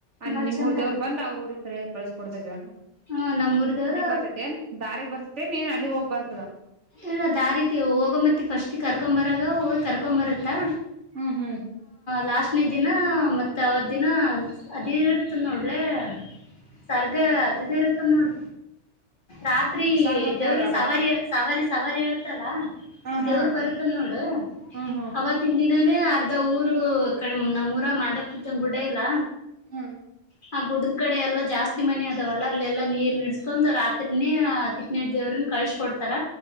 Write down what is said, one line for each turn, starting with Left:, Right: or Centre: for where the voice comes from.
Right: ಅ
Left: ಬಾಳ
Right: ನಿಮ್ಮೂರ್
Left: ಚಂದ
Right: ದೇವ್ರು
Left: ಆಗತ್ತ
Right: ಬಂದ್ ಅವ್ರ ಊರಿಗೆ ಕಳಿಸ ಕೊಡ್ತ ಇದವನ
Left: ಹ ನಮ್ಮ ಊರ್ದವ್ರ
Right: ಬರ್ತೇನ್ ದಾರಿಗ್ ಬರ್ತೇ ನೀನ್ ಅಲ್ಲಿಗ್ ಹೋಗ್ ಬರ್ತದ
Left: ಇಲ್ಲ ದಾರಿತಿ ಹೋಗೋ ಮತ್ತೆ ಫಸ್ಟಿಗೆ ಕರ್ಕೊಂಬರಾಗ ಹೋಗಿ ಕರ್ಕೊ್ ಬರತ್ತಾ
Right: ಹ್ಮ್ ಹ್ಮ್
Left: ಲಾಸ್ಟ್ನೇ ದಿನ ಮತ್ತು ಅವತ್ತು ದಿನ ಅದೇನ ಇರ್ತದೆ ನೋಡಲೇ ಸರ್ಗ ಅದದ ಇರುತ್ತನ್ ನೋಡ ರಾತ್ರಿ
Right: ಸಾರ್ಬತ್
Left: ದೇವ್ರಿ
Right: ದೇವ್ರ ಅದ
Left: ಸವಾರಿ ಸವಾರಿ ಸವಾರಿ ಹೇಳ್ತಲ್ಲಾ
Right: ಹ ಹಾ
Left: ದೇವರು ಬರುತ್ತದ ನೋಡು
Right: ಹ್ಮ್ ಹ್ಮ್
Left: ಅವತ್ತು ತ್ತನ್ ದಿನಾನೇ ಅರ್ಧ ಊರು ಕಡೆ ನಮ್ಮಊರ ಮಾಧವಪುರ್ ಗುಡ ಇಲ್ಲ
Right: ಹ್ಮ್
Left: ಹ ಆ ಗುಡದ ಕಡೆ ಎಲ್ಲಾ ಜಾಸ್ತಿ ಮನಿ ಅದವಲ್ಲ ಅಲ್ಲೆಲ್ಲಾ ನೀರ್ ನಿಡ್ಸ್ಕೊಂಡ್ ರಾತ್ರಿನೇ ತಿಟ್ನ ದೇವ್ರನ್ ಕಳ್ಸ ಕೊಡ್ತ ತರ